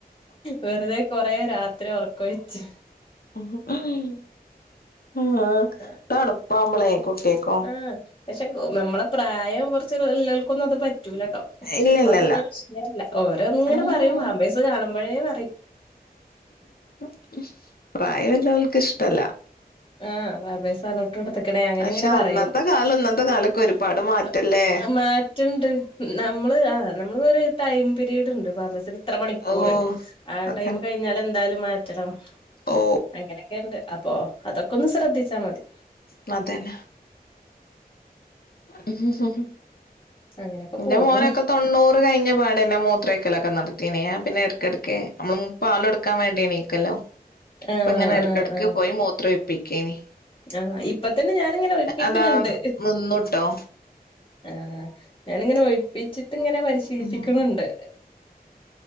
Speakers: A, on the left (about 35°); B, on the left (about 70°).
A: വെറുതെ കൊറെ രാത്രി ഒറക്കൊഴിച്ചു.
B: ആഹ്.
A: ത.
B: തണുപ്പാവു മ്പളെ, കുട്ടിയേക്ക്.
A: ആഹ് പക്ഷെ നമ്മളെ പ്രായം കൊ റച്ച്ള്ളൾക്കൊന്നു അത് പറ്റൂലട്ടോ.
B: ഇല്ല
A: ച് ഇപ്പതൊന്നരു
B: ഇല്ല ഇല്ല
A: വിഷയേ അല്ല. ഓര ങ്ങനെ
B: ഉം
A: പറയും. പാമ്പേസ് കാണുമ്പഴേ പറയും.
B: <inaudible> പ്രായല്ലോ ൾ ക്ക്ഷ്ടല്ല.
A: ആഹ്, അബേസാണ്. ട്ടോട്ത്കിണ് അങ്ങനെ
B: പക്ഷെ
A: ങ്ങനെ പറയും.
B: അന്നത്തെ കാലം ഇന്നത്തെ കാലൊക്കെ
A: <unintelligible>
B: ഒരുപാട് മാറ്റല്ലേ
A: റ്റ്ണ്ട്. നമ്മള് ആഹ്, നമ്മളരു ടൈം പിരീഡ്ണ്ട് ഫാമസി. ഇത്ര മണിക്കൂറ്.
B: ഓ
A: ആ
B: അതെ
A: ടൈം കഴിഞ്ഞാലന്തായാലും മാറ്റണം.
B: ഓ
A: അങ്ങനെ. ക്കണ്ട്, അപ്പോ അതൊക്കൊന്ന് ശ്രദ്ധിച്ചാ മതി.
B: മതേന. ഹ് ഹ്. ഹ് <inaudible>
A: അങ്ങനെയൊക്കെ
B: ഇന്റെ
A: പോണു
B: മോനൊക്കെ തൊണ്ണൂ പ്പ് കഴിഞ്ഞ പാടന്നെ മൂത്രൊ യി ക്കലൊക്കെ നിർത്തീന്. എ പിന്നെ എടക്കിടക്ക് നമ്മള് മൂ പാലൊ ടുക്കാൻ വേണ്ടി ണീക്കല്ലോ. ഇപ്പങ്ങനെ
A: ആഹ്
B: എടക്ക
A: ആഹ്
B: ടക്ക്
A: ആഹ്
B: പോയി മൂത്രോ ഴി പ്പിക്കേനി.
A: ആഹ്, ഇപ്പ തന്നെ ഞാനി ങ്ങനെ ഒഴിപ്പിക്ണ്
B: അതാ
A: ണ്ട്.
B: നിന്നുട്ടോ
A: ആഹ്, ഞാനിങ്ങനെ ഒഴിപ്പിച്ചിട്ട് ങ്ങനെ പരിശീലിപ്പിക്ക്ണ്
B: ഉം
A: ണ്ട്.